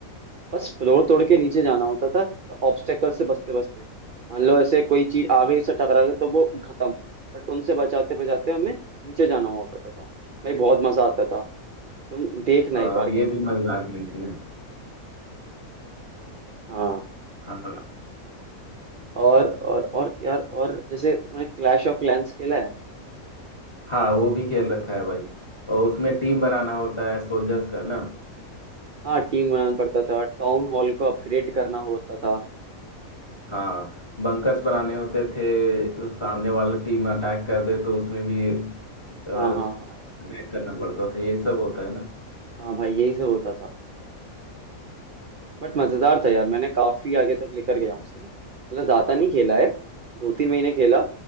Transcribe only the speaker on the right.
बस फ्लोर तोड़ के नीचे जाना होता था ऑब्स्टेकल से बचते बचते मान लो ऐसे कोई चीज आगे से टकरा गई तो वो खत्म बट उनसे बचाते बचाते हमें नीचे जाना हुआ करता था भाई बहुत मजा आता था तुम देखना
एक बार
गेम
को
हाँ
और और और यार और जैसे तुमने क्लैश ऑफ क्लैंस खेला है
हाँ टीम बनाना पड़ता था टाउन हॉल को अपग्रेड करना होता था
हाँ हाँ हाँ
हाँ भाई यही सब होता था बट मजेदार था यार मैंने काफी आगे तक लेकर गया उसे मतलब ज्यादा नहीं खेला है दो तीन महीने खेला